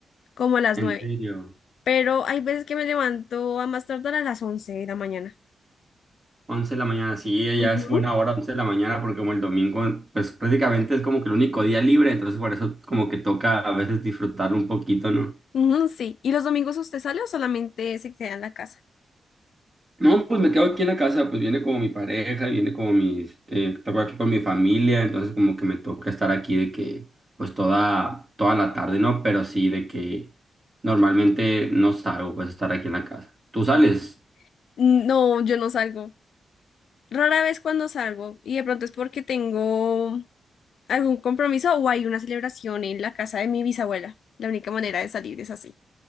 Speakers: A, on the left (about 75°); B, on the right (about 30°).
A: como a las
B: En
A: nueve.
B: serio.
A: Pero hay veces que me levanto a más tardar a las once de la mañana.
B: once de la mañana, sí, ya
A: Ujú,
B: es buena hora, 11 de la mañana, porque como el domingo, pues prácticamente es como que el único día libre, entonces por eso como que toca a veces disfrutarlo un poquito, ¿no?
A: ujú, sí. ¿Y los domingos usted sale o solamente se queda en la casa?
B: No, pues me quedo aquí en la casa, pues viene como mi pareja, viene como mis, eh, toco aquí con mi familia, entonces como que me toca estar aquí de que, pues toda, toda la tarde, ¿no? Pero sí de que normalmente no salgo, pues estar aquí en la casa. ¿Tú sales?
A: Sí. No, yo no salgo. Rara vez cuando salgo, y de pronto es porque tengo algún compromiso o hay una celebración en la casa de mi bisabuela. La única manera de salir es así.